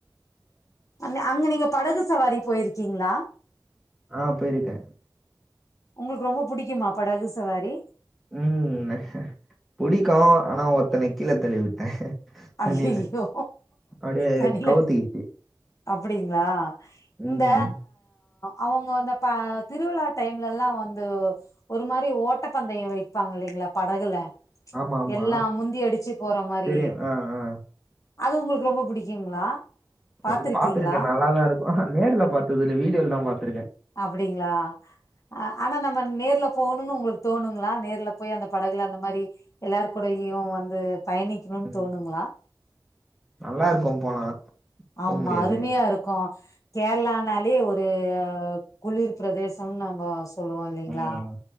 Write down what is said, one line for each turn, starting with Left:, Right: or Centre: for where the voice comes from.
Left: அன்னே அங்க நீங்க படகு சவாரி போயிருக்கீங்ளா
Centre: ஆ போய்ருக்கே
Left: உங்களுக்கு ரொம்ப புடிக்குமா படகு சவாரி
Centre: ம் புடிக்கு ஆனா ஒத்தன கீழ தள்ளி விட்டே தண்ணில
Left: ஐ ஐய்யோ
Centre: அப்டியே
Left: தண்ணில
Centre: கவுத்திக்கிச்சு
Left: அப்டிங்களா இந்த
Centre: ம்
Left: அவங்க வந்த ப திருவிழா டைம்ல எல்லா வந்து ஓ ஒரு மாரி ஓட்டப்பந்தய வெப்பாங்க இல்லைங்களா படகுல
Centre: ஆமா ஆமா
Left: எல்லா முந்தி அடிச்சு போற மாரி
Centre: தெரியு ஆ ஆ
Left: அது உங்களுக்கு ரொம்ப புடிக்குங்களா பாத்துருக்கீங்களா
Centre: அது பாத்திருக்கே நல்லாதா இருக்கு ஆனா நேர்ல பாத்தது இல்ல வீடியோல்லா தா பாத்திருக்கே
Left: அப்டிங்களா அ ஆனா நம்ம நேர்ல போகணுன்னு உங்களுக் தோணுங்களா நேர்ல போய் அந்த படகுல அந்த மாரி எல்லார்கூடேயு வந்து பயணிக்கணுன்
Centre: ம்
Left: தோணுங்களா
Centre: நல்லா இருக்கு போனா
Left: ஆமா
Centre: போ முடியாதே
Left: அருமையா இருக்கு கேரளனாலே ஒரு குளிர் பிரதேசம் நம்ம சொ சொல்லுவோ இல்லேங்களா
Centre: ம்